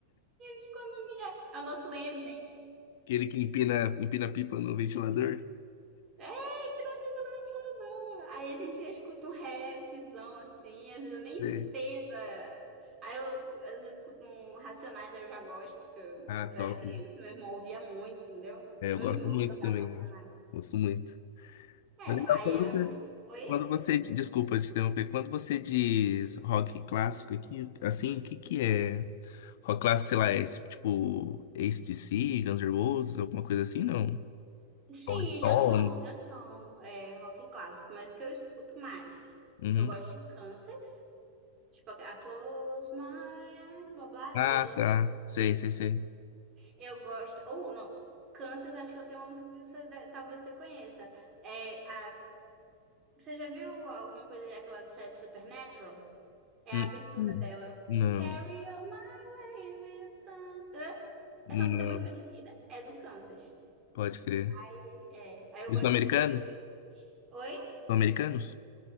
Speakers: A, on the right (about 30°); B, on the left (about 55°).
A: de condomínio. É o nosso Eminem.
B: Aquele que empina, empina pipa no ventilador.
A: É, pirapiba do ventilador. Aí a gente escuta um rapzão assim, às vezes eu nem
B: Sei.
A: entendo. é. Aí eu às vezes escuto um Racionais, aí eu já gosto, porque eu,
B: Ah,
A: eu era
B: top.
A: criança, meu irmão ouvia muito, entendeu?
B: É,
A: Meu
B: eu gosto
A: irmão
B: muito
A: tocava
B: também.
A: Racionais.
B: né? Gosto muito.
A: É,
B: Mas é legal
A: aí
B: quando
A: a...
B: você,
A: Oi?
B: quando você. Desculpa te interromper. Quando você diz rock clássico aqui, assim, o que que é? Rock clássico, sei lá, é esse, tipo AC/DC, Guns N' Roses, alguma coisa assim, não?
A: Sim,
B: Rolling Stones.
A: já são, já são é, rock clássico, mas o que eu escuto mais?
B: Uhum.
A: Eu gosto de Kansas. Tipo, a Close My Eyes, blá blá.
B: Ah,
A: Eu gosto de...
B: tá. Sei, sei, sei.
A: Eu gosto. Ou não. Kansas, acho que eu tenho uma música que você deve- talvez você conheça. É a... Você já viu alguma coisa daquela série Supernatural? É
B: Hum.
A: a abertura
B: Hum.
A: dela.
B: Não,
A: Carry on my wilson.
B: não.
A: Essa música é muito conhecida. É do Kansas.
B: Pode crer.
A: E É. Aí eu
B: Eles
A: gosto
B: são americanos?
A: de Oasis. Oi?
B: São americanos?